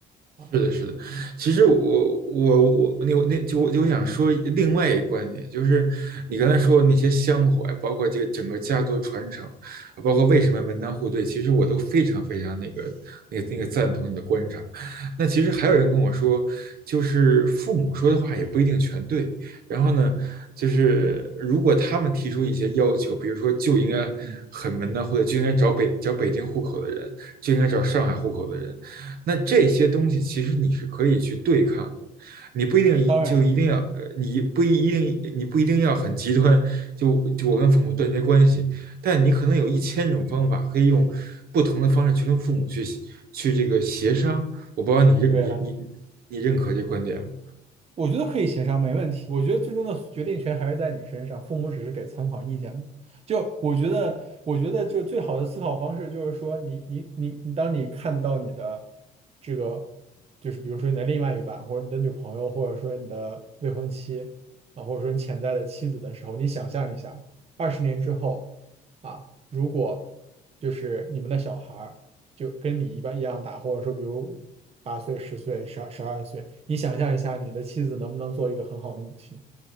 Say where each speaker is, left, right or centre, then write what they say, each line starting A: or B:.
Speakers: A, on the right (about 35°); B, on the right (about 65°).
A: 啊。
B: 是的，是的。其实我我我那我那就我就想说另外一个观点，就是你刚才说的那些香火，包括这个整个家族传承，包括为什么门当户对，其实我都非常非常那个那个那个赞同你的观察。那其实还有人跟我说，就是父母说的话也不一定全对。然后呢，就是如果他们提出一些要求，比如说就应该很门当户对，
A: 嗯，
B: 就应该找北找北京户口的人，就应该找上海户口的人。那这些东西其实你是可以去对抗的，你不一定就一定要，
A: 当然，
B: 呃你不一定你不一定要很极端，就就我跟父母断绝关系，
A: 嗯，
B: 但你可能有一千种方法可以用不同的方式去跟父母去去这个协商。我不知道你认你你
A: 对啊。
B: 你认可这观点吗？
A: 我觉得可以协商，没问题。我觉得最终的决定权还是在你身上，父母只是给参考意见嘛。就我觉得，我觉得就最好的思考方式就是说你，你你你，当你看到你的这个，就是比如说你的另外一半，或者你的女朋友，或者说你的未婚妻啊，或者说你潜在的妻子的时候，你想象一下，二十年之后啊，如果就是你们的小孩儿。就跟你一般一样大，或者说比如八岁、十岁、十二、十二岁，你想象一下，你的妻子能不能做一个很好的母亲？